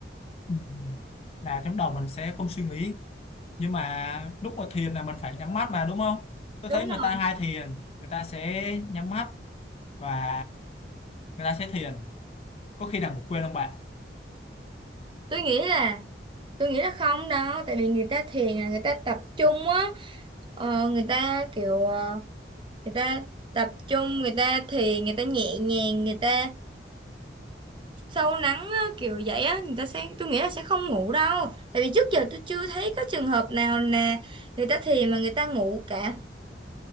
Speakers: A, on the left; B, on the right.
A: Ừ. là trong đầu mình sẽ không suy nghĩ nhưng mà lúc mà thiền là mình phải nhắm mắt mà đúng không tôi
B: Đúng
A: thấy người
B: rồi.
A: ta hay thiền người ta sẽ nhắm mắt và người ta sẽ thiền có khi nào ngủ quên không bạn
B: Tôi nghĩ là Tôi nghĩ là không đâu, tại vì người ta thiền là người ta tập trung á, ờ, người ta kiểu ờ, người ta tập trung, người ta thiền, người ta nhẹ nhàng, người ta sâu lắng á, kiểu vậy á, người ta sẽ tôi nghĩ là sẽ không ngủ đâu. Tại vì trước giờ tôi chưa thấy có trường hợp nào là người ta thiền mà người ta ngủ cả.